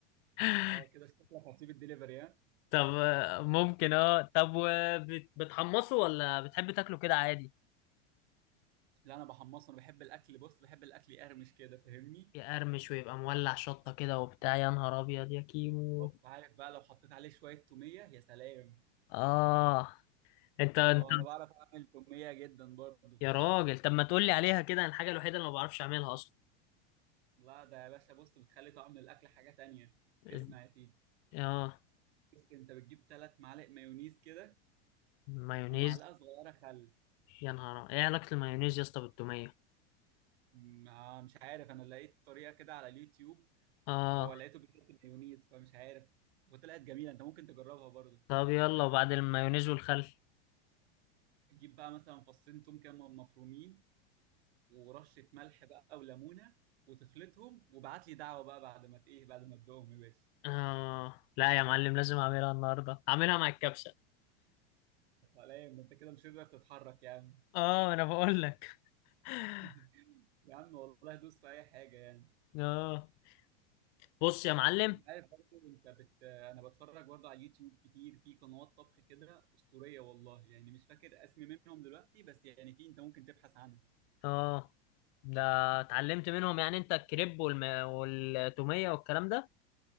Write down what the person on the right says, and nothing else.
اه كده شكلك هتسيب الدليفري ها
لا انا بحمصه انا بحب الاكل بص بحب الاكل يقرمش كده فاهمني
بالظبط عارف بقى لو حطيت عليه شوية تومية يا سلام
اه انا بعرف اعمل تومية جدا برضه
لا ده يا باشا بص بتخلي طعم الاكل حاجه تانية
اسمع يا سيدي
بص انت بتجيب ثلاث معالق مايونيز كده
ومعلقه صغيره خل
ما مش عارف انا لقيت طريقه كده على اليوتيوب
هو لقيته بيحط مايونيز فمش عارف وطلعت جميله انت ممكن تجربها برضو
تجيب بقى مثلا فصين توم كده مفرومين ورشه ملح بقى وليمونه وتخلطهم وابعت لي دعوه بقى بعد ما ت- ايه بعد ما تدوقهم يا باشا
يا سلام انت كده مش هتقدر تتحرك يا عم
<laughs> يا عم والله دوس في اي حاجه يعني
انت عارف برضه انت بت... انا بتفرج برضه على اليوتيوب كتير في قنوات طبخ كده اسطوريه والله يعني مش فاكر اسم منهم دلوقتي بس يعني في انت ممكن تبحث عنها